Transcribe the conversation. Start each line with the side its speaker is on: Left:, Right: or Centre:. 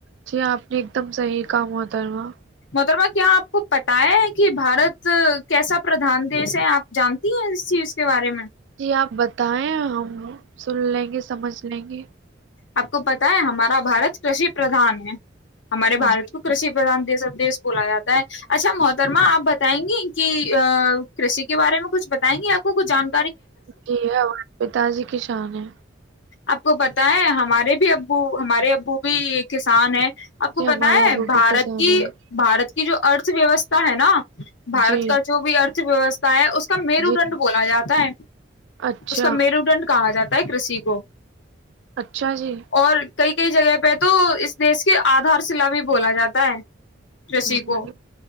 Right: جی آپ نے ایک دم صحیح کام ہوتا ہے وہاں
Left: مکربا کیا آپ کو پتایا ہے کہ بھارت کیسا پردھان دیش ہے آپ جانتی ہیں اس چیز کے بارے میں
Right: جی آپ بتائیں ہم سن لیں گے سمجھ لیں گے
Left: آپ کو پتا ہے ہمارا بھارت کشی پردان ہے ہمارے بارت
Right: جی
Left: کو کشی پردان دیش <unintelligible> بولا جاتا ہے اچھا محترما آپ بیں گے کی کی کے بارے میں کچھ بتائیں گے آپ کو کچھ جان
Right: جی ہمواں پہ تازی ک شان ہے
Left: آپ کو پتا ہے ہاں ہمارے بھی ابو ہمارے ابو بھی ایک کسان ہیں آپ کو
Right: جی ہمارے
Left: پت ہے
Right: ابو
Left: بھارت
Right: بھی شان
Left: کی
Right: ہے
Left: بھارت کی جو ارت ویوستھا ہے نا بارت
Right: جی
Left: کا جو بھی ویوستھا ہے اس اس کا میرو
Right: جی
Left: دنڈ بولا جاتا ہے
Right: اچھا
Left: اس کا میرو دنڈ کہا جاتا ہے کرسیی کو
Right: اچھا جی
Left: اور کئی کئی جگہ پہ تو اس دیش کی آدھار شلا بھی بولا جاتا ہے رش
Right: جی
Left: کو